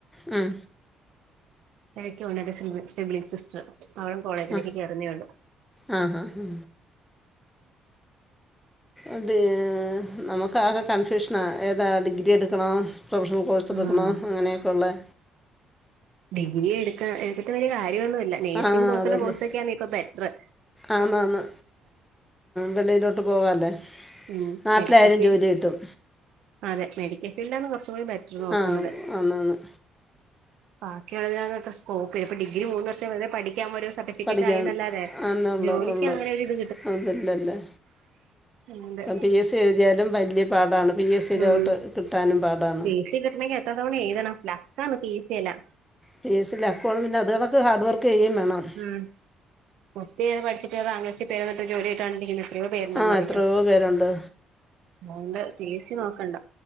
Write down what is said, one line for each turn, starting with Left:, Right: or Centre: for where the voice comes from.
Centre: ഉം
Right: എനിക്ക ഒണ്ടെന്റെ സിബി സിബ്ലിംഗ് സിസ്റ്ററ് അവളും കോളേജിലേക്ക്
Centre: ആ
Right: കേറുന്നേയൊള്ളു
Centre: ആ ഹാ ഹാ അത് നമുക്കാകെ കൺഫ്യൂഷനാ ഏതാ ഡിഗ്രി എടുക്കണോ പ്രൊഫഷണൽ കോഴ്സ് എടുക്കണോ
Right: ആഹ്
Centre: അങ്ങനെയൊക്കെ ഉള്ളെ
Right: ഡിഗ്രി എടുക്ക എടുത്തിട്ട് വല്യ കാര്യൊന്നുല്ല നേഴ്സിംഗ്
Centre: ആ
Right: പോലത്തുള്ള
Centre: അതല്ലേ
Right: കോഴ്സൊക്കെയാണ് ഇപ്പൊ ബെറ്ററ്
Centre: ആന്നാന്ന് വെളീലോട്ട് പോവാല്ലേ
Right: ഉം
Centre: നാട്ടിലായാലും
Right: മെഡിക്കൽ ഫീൽഡ്
Centre: ജോലി കിട്ടും
Right: അതെ മെഡിക്കൽ ഫീൽഡാണ് കൊറച്ചും കൂടി നോക്കുന്നത്
Centre: ആഹ് ആന്നാന്ന്
Right: ബാക്കി ഒഴിവിന് <unintelligible> ഇപ്പോ ഡിഗ്രി മൂന്ന് വർഷം വെർതെ പഠിക്കാം ഒരു സർട്ടിഫിക്കറ്റ്
Centre: പഠിക്കാൻ
Right: ആയന്നെല്ലാതെ
Centre: ആന്നുള്ള
Right: ജോലിക്ക്
Centre: ഉള്ളു
Right: അങ്ങനെ ഒരിത്
Centre: അതില്ലല്ലേ
Right: ഉണ്ട്
Centre: പി എസ് എഴുതിയാലും വല്യ പാടാണ് പി എസ് സിലോട്ട്
Right: ഉം
Centre: കിട്ടാനും പാടാണ്
Right: പി സി കിട്ടണെങ്കി എത്ര തവണ എഴുതണം ലക്കാണ് പി സി എല്ലാം.
Centre: പി എസ് സി ലക്കു ആണ് അത് കണക്ക് ഹാർഡ് വർക്ക് ചെയ്യേം വേണം.
Right: ഉം കുത്തിയിരുന്ന് പഠിച്ചിട്ട് റാങ്ക് ലിസ്റ്റിൽ പേരുവന്നിട്ട് ജോലി കിട്ടാണ്ടിരിക്കുന്നെ എത്രയോ പേരുണ്ടന്നറിയോ
Centre: ആ എത്രയോ പേരുണ്ട്
Right: അതുകൊണ്ട് പി എസ് സി നോക്കണ്ട.